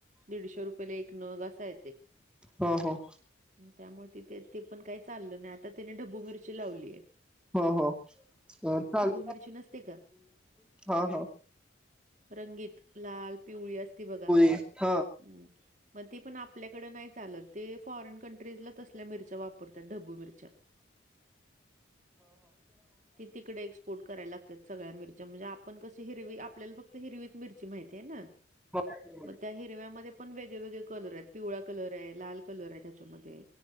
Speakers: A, on the right (about 40°); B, in the centre.
A: दीडशे रुपयेला एक नग, असाय.
B: हो, हो.
A: त्यामुळे त ते पण काही चाललं नाही, आता त्यानी ढबू मिरची लावली आहे.
B: हो हो चालू
A: मिरची नसते का
B: हा हा.
A: रंगीत लाल पिवळी असती बघा.
B: तीथ
A: ह मग तेी पण आपल्याकडे नाही चालत ते फॉरेन कंट्रीजला तसल्या मिरच्या वापर मि त. कोट करायला लागतात सगळ्या मिरच्या म्हणजे आपण कशी हिरवी आपल्याला फक्त हिरवीत मिरची माहितीय ना
B: ह.
A: मग त्या हिरव्यामध्ये पण वेगळेवेगळे कलर आहेत पिवळा कलर आहे लाल कलर आहे त्याच्यामध्ये